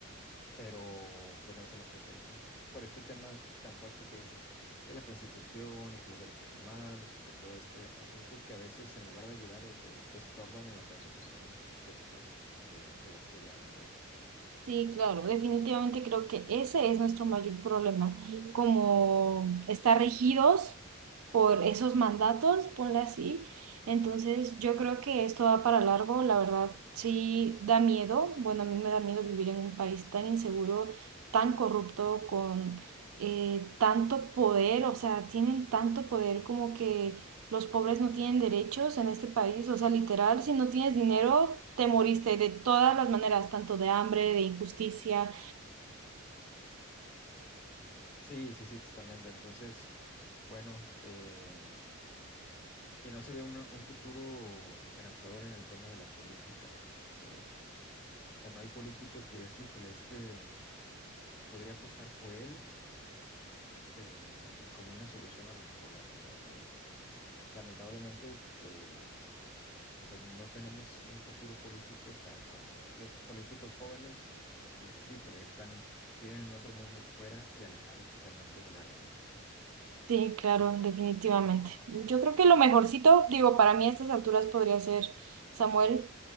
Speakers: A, in the centre; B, on the right (about 80°).
A: Pero pues no se lo ofrecieron, ¿no? Por este tema tan fuerte que dices, que la Constitución y que los derechos humanos y que todo este asunto que a veces en lugar de ayudar eh, eh, estorban en la consecución pues de, de, de la seguridad de un país.
B: Sí, claro, definitivamente creo que ese es nuestro mayor problema, como estar regidos por esos mandatos, ponle así. Entonces, yo creo que esto va para largo, la verdad, sí da miedo. Bueno, a mí me da miedo vivir en un país tan inseguro, tan corrupto, con eh, tanto poder, o sea, tienen tanto poder como que los pobres no tienen derechos en este país, o sea, literal, si no tienes dinero, te moriste de todas las maneras, tanto de hambre, de injusticia.
A: Sí, sí, sí, totalmente. Entonces, bueno, eh, Y no se ve un, un futuro esperanzador en el tema de la política. Eh, o sea, no hay políticos que digas, híjole, este podría apostar por él eh, como una solución a los problemas, ¿no? Eh, lamentablemente, eh, o sea, no tenemos un futuro político esperanzador, ¿no? Los políticos jóvenes, dices, híjole, están, viven en otro mundo fuera y alejados totalmente de la realidad.
B: Sí, claro, definitivamente. Yo creo que lo mejorcito, digo, para mí a estas alturas podría ser Samuel,